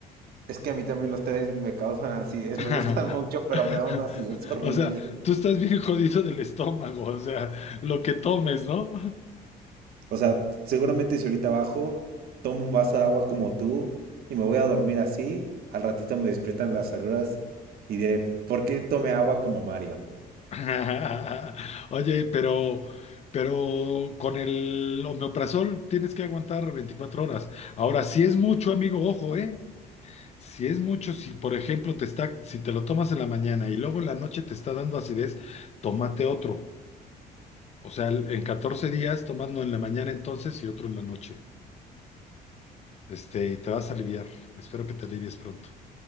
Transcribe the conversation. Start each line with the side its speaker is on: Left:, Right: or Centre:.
Right: Es que a mí también los tés me causan acidez,
Left: <laughs>
Right: me gustan mucho, pero me da una acidez horrible.
Left: O sea, tú estás bien jodido del estómago, o sea, lo que tomes, ¿no?
Right: O sea, seguramente si ahorita bajo, tomo un vaso de agua como tú y me voy a dormir así, al ratito me despiertan las agruras y diré, ¿por qué tomé agua como Mario?
Left: <laughs> Oye, pero, pero con el omeprazol tienes que aguantar 24 horas. Ahora, si es mucho, amigo, ojo, ¿eh? Si es mucho, si por ejemplo te está, si te lo tomas en la mañana y luego en la noche te está dando acidez, tómate otro. O sea, en 14 días, tomando en la mañana entonces y otro en la noche. Este, y te vas a aliviar. Espero que te alivies pronto.